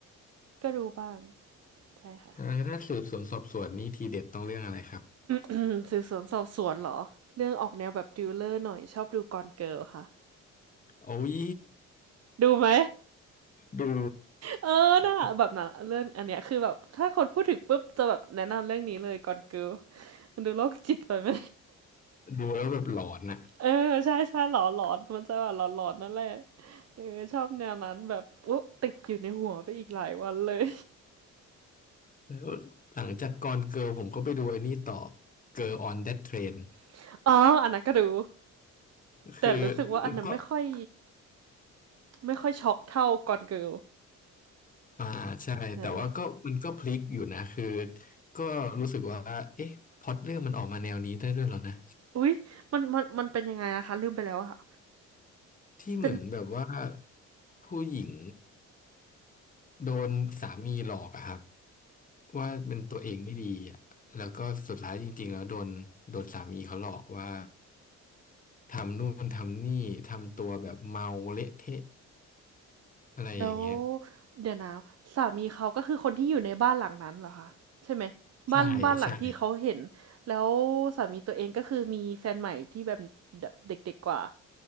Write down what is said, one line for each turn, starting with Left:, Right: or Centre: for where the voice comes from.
Right: ก็ดูบ้างใช่ค่ะ
Left: ถ้าถ้าสืบสวนสอบสวนนี่ทีเด็ดต้องเรื่องอะไรครับ
Right: อืมสืบสวนสอบสวนเหรอเรื่องออกแนวแบบดิวเลอร์หน่อยชอบดูกอนเกิลค่ะ
Left: โอ้ย
Right: ดูไหม
Left: ดู
Right: เออน่ะแบบน่ะเรื่องอันเนี้ยคือแบบถ้าคนพูดถึงปุ๊บจะแบบแนะนำเรื่องนี้เลยกอนเกิล
Left: <laughs>
Right: มันดูโรคจิตไปไหม
Left: ดูแล้วแบบหลอนอะ
Right: เออใช่ใช่หลอนหลอนมันจะแบบหลอนหลอนนั่นแหละเออชอบแนวนั้นแบบอุ๊ติดอยู่ในหัวไปอีกหลายวันเลย
Left: แล้วหลังจากกอนเกิร์ลผมก็ไปดูไอ้นี่ต่อ Girl on That Train
Right: <laughs> อ๋ออันนั้นก็ดู
Left: คือ
Right: แต่รู้สึกว่าอันนั้นไม่ค่อย
Left: ก็
Right: ไม่ค่อยช็อกเท่าก่อนเกิล
Left: อ่าใช่
Right: นะ
Left: แต่ว่าก็มันก็พลิกอยู่นะ คือก็รู้สึกว่า เอ๊ะพล็อตเรื่องมันออกมาแนวนี้ได้ด้วยเหรอนะ
Right: อุ๊ยมันมันมันเป็นยังไงนะคะลืมไปแล้วอะค่ะ
Left: ที่เหมือนแบบว่า
Right: เป็น
Left: ผู้หญิง โดนสามีหลอกอะครับว่าเป็นตัวเองไม่ดีอะแล้วก็สุดท้ายจริงๆแล้วโดนโดนสามีเขาหลอกว่าทำนู่นทำนี่ทำตัวแบบเมาเละเทะอะไรอย่างเงี้ย
Right: แล้วเดี๋ยวนะสามีเขาก็คือคนที่อยู่ในบ้านหลังนั้นเหรอคะใช่ไหม
Left: ใช่ใช่
Right: บ้านบ้านหลังที่เขาเห็นแล้วสามีตัวเองก็คือมีแฟนใหม่ที่แบบเด็กๆกว่า